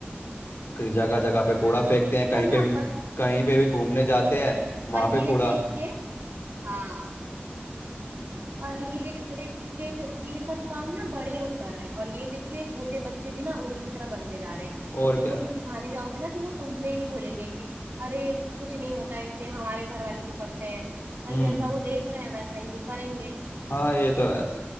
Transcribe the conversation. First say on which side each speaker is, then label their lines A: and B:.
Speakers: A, on the left; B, on the right.
A: कहीं जगह जगह पे
B: हम्म।
A: कूड़ा फेंकते हैं कहीं
B: और ना
A: पे भी
B: बच
A: कहीं पे भी घूमने जाते हैं वहां
B: और
A: पे
B: ये
A: कूड़ा
B: देख के हाँ और ये देख के जो ये सब काम ना बड़े लोग कर रहे हैं और ये देख के छोटे बच्चे भी ना उन्हीं की तरह बनते जा रहे हैं वो
A: और
B: उनको
A: क्या
B: भी सिखाने जाओगे ना तो वो तुम पे ही बोलेंगे कि अरे कुछ नहीं होता इससे हमारे घर वाले तो करते हैं भाई
A: हम्म
B: जैसा वो देख रहे हैं वैसा ही वो करेंगे
A: हाँ ये तो है